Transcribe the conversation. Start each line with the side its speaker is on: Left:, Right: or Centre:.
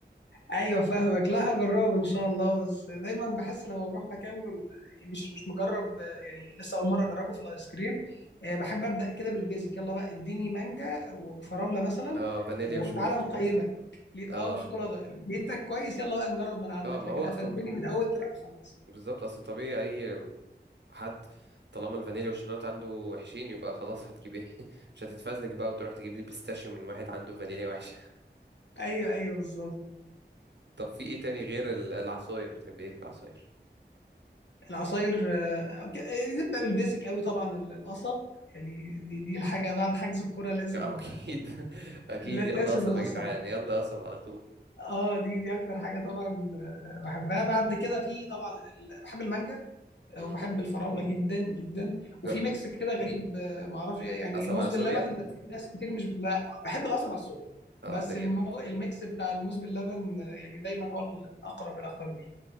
Left: ايوه فاهمك لا هجربه ان شاء الله بس دايما بحس لما بروح مكان مش مش مجرب يعني لسه اول مره اجربه في الايس كريم آه، بحب ابدا كده بالبيزك يلا بقى اديني مانجا وفراوله مثلا
Right: اه فانيليا
Left: وتعالى
Right: وشوكولاته
Left: نقيمك
Right: فاهم
Left: لقيت
Right: اه
Left: اه وشوكولاته لقيتك كويس يلا بقى نجرب من عندك
Right: اه ما
Left: لكن
Right: هو
Left: قفلتني
Right: طبيعي
Left: من اول ثلاثه خلاص
Right: بالظبط اصل طبيعي اي حد طالما الفانيليا والشوكولاته عنده وحشين يبقى خلاص هتجيب ايه <laughs> مش هتتفزلك بقى وتروح تجيب لي بيستاشيو من واحد عنده فانيليا وحشه
Left: ايوه ايوه بالظبط
Right: <laughs> طب في ايه تاني غير ال- العصاير بتحب ايه في العصاير
Left: العصاير آه، ك- آه، نبدا بالبيزك قوي طبعا ال- القصب يعني دي دي الحاجه بعد حجز الكوره لازم
Right: اكيد <laughs> اكيد
Left: لا-
Right: يلا
Left: لازم
Right: قصب
Left: القصب
Right: يا جدعان يلا قصب على طول
Left: اه دي دي اكتر حاجه طبعا آه، بحبها بعد كده في طبعا ال- بحب المانجا آه،
Right: مم.
Left: وبحب الفراوله جدا جدا وفي
Right: ج-
Left: ميكس كده غريب آه، ما اعرفش إيه، يعني
Right: قصب
Left: الموز
Right: على
Left: باللبن
Right: سوبيا
Left: في ناس كتير مش لا بحب القصب على الصبح
Right: اه
Left: بس
Right: ده جامد
Left: المو... الميكس بتاع الموز باللبن آه، يعني دايما هو الاقرب الى قلبي